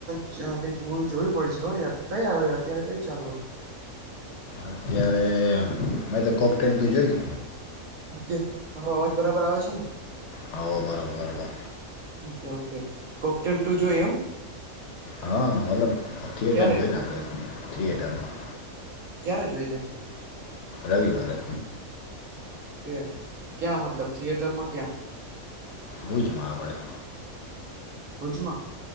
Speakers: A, on the right (about 80°); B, on the left (about 65°).
A: કઈક મુવી જોવી પડ છે હો યાર કઈ આવે અત્યારે કઈ ચાલુ હોય <inaudible>
B: અત્યારે મે તો કોકટેલ તું જોય
A: ઓકે મારો અવાજ બરાબર આવે છે ને
B: હ બરોબર બરોબર
A: ઓકે ઓકે કોકટેલ ટુ જોઈ એમ
B: હા મતલબ થિયેટર
A: ક્યારે
B: જોય ને આપણેે થિયેટરમાં
A: ક્યા્યારે હજુ એતુ
B: રવિવારે
A: ઓકે ક્યાં મતલબ થિયેટરમાં ક્યાં
B: બુજમાં આપણેે
A: ઉજમાં